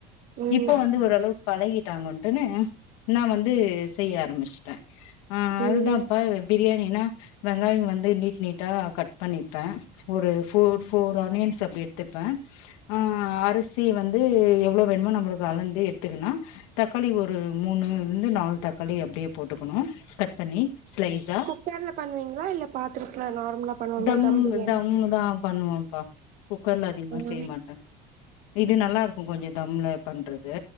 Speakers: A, on the right; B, on the left.
A: ம்
B: இப்போ வந்து ஓரளவு. பழகிடங்கோ வந்துட்டுனு நா வந்து செய்ய ஆரம்பிச்டா அதுதான்ப்ப
A: ம்
B: பிரியாணி நா வெங்காய வந்து நீட் நீட்டா கட் பண்ணிப்ப ஒரு ஃபோர் ஃபோர் ஆனியன் அப்படி எடுத்துப்பே ஆ. அரிசி வந்து எவ்வளோ வேணுமோ நம்மளுக்கு அளந்து எடுத்துக்கணு தக்காளி ஒரு மூணுலேருந்து நாலு தக்காளி அப்படியே போட் க்கணும் கட் பண்ணி ஸ்லைசா ஆ
A: குக்கர்ல பண்ணுவீங்களா இல்ல பாத்திரத்துல நார்மலா பண்ணுவோமே
B: தம்
A: பிரியாணி
B: தம் தா பண்ணுவோ ஆ குக்கர்ல அதிகமாக
A: ம்
B: செய்ய மாட்ட இது நல்லா இருக்கு கொஞ்ச தம்ல பண்றது.